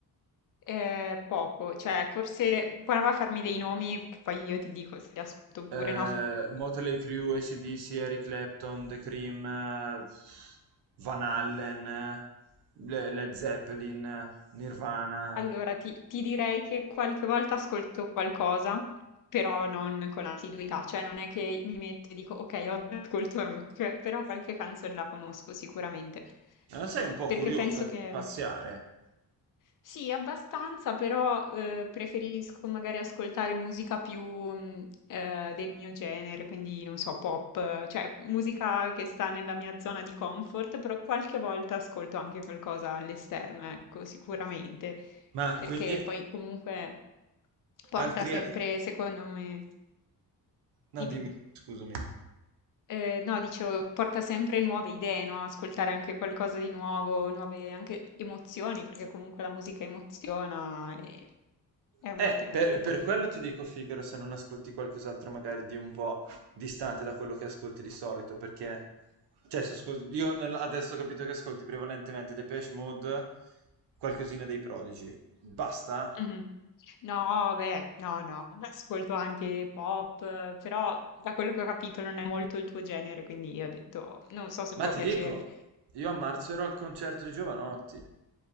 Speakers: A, on the left; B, on the right.
A: ehm, poco, cioè forse prova a farmi dei nomi che poi io ti dico se li ascolto oppure
B: eh,
A: no.
B: Motley Crue, AC/DC, Eric Clapton, The Cream, eh, Van Allen, eh, Le- Led Zeppelin, eh, Nirvana.
A: Allora, ti ti direi che qualche volta ascolto qualcosa, però non con assiduità, cioè non è che mi metto e dico: "Okay, oggi ascolto rock", cioè, però qualche canzone la conosco sicuramente.
B: Ma Non sei un po'
A: Perché
B: curiosa
A: penso
B: di
A: che
B: spaziare?
A: Sì, abbastanza, però, uhm, preferisco magari ascoltare musica più, mhmm, ehm, del mio genere, quindi non so, pop, eh, cioè musica che sta nella mia zona di comfort, però qualche volta ascolto anche qualcosa all'esterno, ecco, sicuramente
B: Ma
A: perché
B: quindi
A: poi comunque porta
B: altri...
A: sempre,
B: ar-
A: secondo me,
B: No,
A: dimmi,
B: dimmi, scusami.
A: Eh, no, dicevo, porta sempre nuove idee, no? Ascoltare anche qualcosa di nuovo, nuove anche emozioni, perché comunque la musica emoziona e è un'ottima
B: Eh, per,
A: idea.
B: per quello ti dico, Figaro, se non ascolti qualcos'altro magari di un po' distante da quello che ascolti di solito, perché, cioè, se ascol- io nel- adesso ho capito che ascolti prevalentemente Depeche Mode, qualcosina dei Prodigi. Basta?
A: Mhm. No, beh, no, no, ascolto anche pop, eh, però da quello che ho capito non è molto il tuo genere, quindi io ho detto, non so se
B: Ma
A: può
B: ti
A: piacergli.
B: dico, io a marzo ero al concerto di Giovanotti.